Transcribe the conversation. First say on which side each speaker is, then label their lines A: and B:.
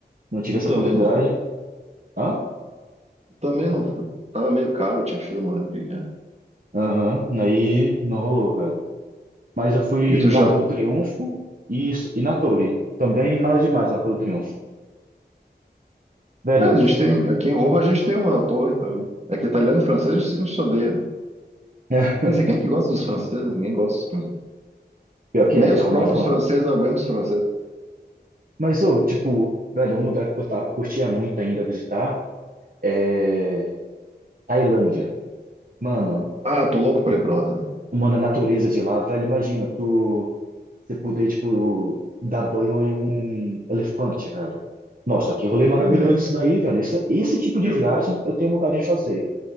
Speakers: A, on the right; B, on the right.
A: não tive
B: Eu
A: essa
B: também
A: oportunidade.
B: não.
A: Hã?
B: Também não Tava meio caro, tinha fila, não lembro o que que era.
A: Aham, aí não rolou, velho. Mas eu fui
B: E tu
A: no
B: já.
A: Arco do Triunfo e e na Torre. Também nada demais o Arco do Triunfo. Velho,
B: É, a gente tem. Aqui em Roma a gente tem uma torre também. É que italiano e francês a gente, a gente se odeia. né?
A: <laughs>
B: Quer dizer, quem é que gosta dos franceses? Ninguém gosta dos franceses.
A: pior que
B: Nem
A: é, tem
B: os
A: uma
B: próprios
A: má fama.
B: franceses aguentam os franceses.
A: Mas, ô, tipo, velho, um lugar que eu tava- curtia muito ainda visitar é Tailândia. Mano,
B: Ah, tô louco pra ir pra lá também.
A: mano, a natureza de lá, velho, imagina, tu você poder, tipo, dar banho em um elefante, velho. Nossa, que rolê maravilhoso
B: Né?
A: isso daí, velho. Isso- esse tipo de
B: Eu,
A: viagem eu tenho vontade de fazer.